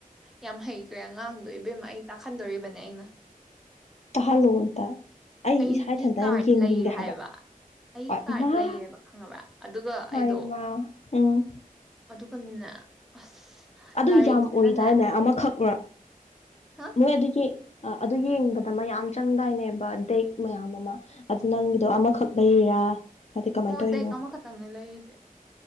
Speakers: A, in the centre; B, on the left (about 50°).
A: ꯌꯥꯝ ꯍꯩꯈ꯭ꯔꯦ ꯑꯉꯥꯡꯗꯣ ꯏꯕꯦꯝꯃ ꯑꯩ ꯇꯥꯛꯈꯟꯗꯣꯔꯤꯕꯅꯦ ꯑꯩꯅ
B: ꯇꯥꯍꯜꯂꯣ ꯑꯝꯇ ꯑꯩ
A: ꯑꯩꯒꯤ
B: ꯏꯁꯥ ꯏꯊꯟꯇ
A: ꯀꯥꯔꯗ
B: ꯌꯥꯝ ꯌꯦꯡꯅꯤꯡꯉꯦ
A: ꯂꯩꯔꯦ ꯍꯥꯏꯕ ꯑꯩꯒꯤ
B: ꯍꯣꯏ
A: ꯀꯥꯔꯠ
B: ꯃꯥ
A: ꯂꯩꯌꯦꯕ ꯈꯪꯉꯕ꯭ꯔꯥ ꯑꯗꯨꯒ
B: ꯍꯥꯏꯃ
A: ꯑꯩꯗꯣ
B: ꯎꯝ
A: ꯑꯗꯨꯒꯅꯦ ꯑꯁ
B: ꯑꯗꯨ
A: ꯂꯥꯏꯔꯤꯛꯁꯤꯅꯅꯦ
B: ꯌꯥꯝ ꯑꯣꯏꯗꯥꯏꯅꯦ ꯑꯃꯈꯛꯅ
A: ꯍꯥ
B: ꯃꯣꯏ ꯑꯗꯨꯒꯤ ꯑꯗꯨ ꯌꯦꯡꯕꯗ ꯃꯌꯥꯝ ꯆꯪꯗꯥꯏꯅꯦꯕ ꯗꯦꯛ ꯃꯌꯥꯝ ꯑꯃ ꯑꯗꯨ ꯅꯪꯒꯤꯗꯣ ꯑꯃꯈꯛ ꯂꯩꯔꯥ ꯍꯥꯏꯗꯤ ꯀꯃꯥꯏꯅ
A: ꯑꯣ
B: ꯇꯧꯔꯤꯅꯣ
A: ꯗꯦꯛ ꯑꯃꯈꯛꯇꯪꯅꯦ
B: ꯍꯥꯏꯕ
A: ꯂꯩꯔꯤꯁꯦ